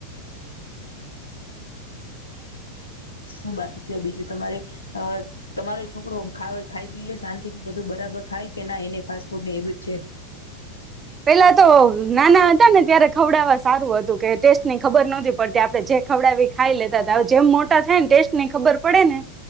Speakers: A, on the left (about 80°); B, on the right (about 20°).
A: <inaudible> શું બાકી કયો બીજું તમારે તમારો છોકરો ખ ખાઈ પીલે શાંતિ થી બધું બરાબર ખાય કે ના એને ફાસ્ટ ફૂડની હેબિટ છે
B: પેલા તો નાના હતા ને ત્યારે ખવડાવવા સારું હતું કે ટેસ્ટ ની ખબર નતી પડતી આપડે જે ખવડાવી ખાઈ લેતા હતા હવે જેમ મોટા થાય ને ટેસ્ટ ની ખબર પડે ને